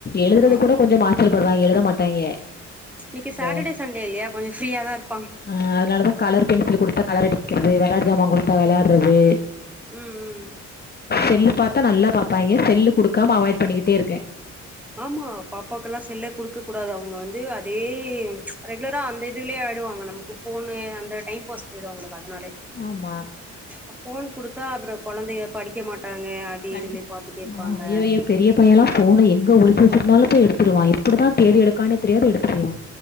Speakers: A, on the left; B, in the centre.
A: எழுதுறது
B: ம்
A: கூட கொஞ்சோ மாசலு படுவாங்க எழுத மாட்டாய்ங்க
B: இன்னைக்கு சாட்டர்டே
A: ட
B: சண்டே இல்லையா கொஞ்சோ ஃப்ரீயா தா இருப்பாங்க
A: அ அதனாலதா கலர் பென்சிலு குடுத்தா கலர் அடிக் குறது வெளாட் ஜாமா குடுத்தா வெளாட்றது
B: ம் ம்
A: செல்லு பாத்தா நல்லா பாப்பாய்ங்க செல்லு கொடுக்காம அவாய்ட் பண்ணிக்கிட்டே இருக்கே
B: ஆமா பாப்பாக்குல்லா செல்லே குடுக்க கூடாது அவங்க வந்து அதே ரெகுலரா அந்த இதுலயே ஆய்டுவாங்க நமக் ஃபோனு அந்த டைம் பாஸ் போய்டுவங்க உங்குளுக்கு அதனாலே
A: ஆமா
B: அ ஃபோன் குடுத்தா அப்றோ கொழைந்தைக படிக்க மாட்டாங்க அது
A: கண்ணு
B: இதுனு பாத்துட்டே இருப்பாங்க
A: ஆ ஐயோ ஏ பெரிய பையலா ஃபோன எங்க ஒழிச்சு வெச்சிருந்தாலு போய் எடுத்துருவா எப்டி தா தேடி எடுக்கானே தெரியாது எடுத்துருவே